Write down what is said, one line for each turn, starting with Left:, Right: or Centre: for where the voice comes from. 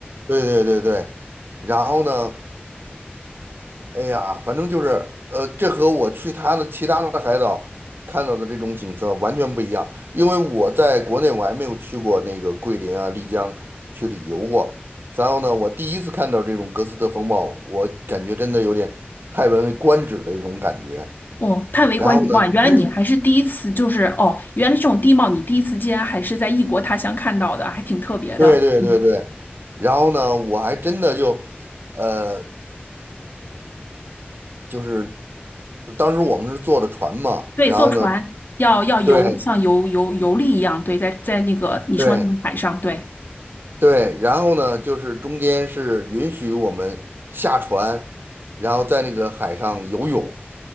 Right: 对对对对对。然后呢，哎呀，反正就是，呃，这和我去他的其他的海岛看到的这种景色完全不一样，因为我在国内我还没有去过那个桂林啊、丽江去旅游过。然后呢，我第一次看到这种格斯特风暴，我感觉真的有点叹为观止的一种感觉。
Left: 哦，叹为观止哇！
Right: 然后呢，
Left: 原来你还是第一次，
Right: 真是
Left: 就是哦，原来这种地貌你第一次竟然还是在异国他乡看到的，还挺特别的。
Right: 对对对对，
Left: 嗯，
Right: 然后呢，我还真的就，呃，就是当时我们是坐的船嘛，
Left: 对，
Right: 然后呢，
Left: 坐船要要游，
Right: 对
Left: 像游游游历一样，对，在在那个你说那个海上，
Right: 对，
Left: 对，
Right: 对，然后呢，就是中间是允许我们下船，然后在那个海上游泳。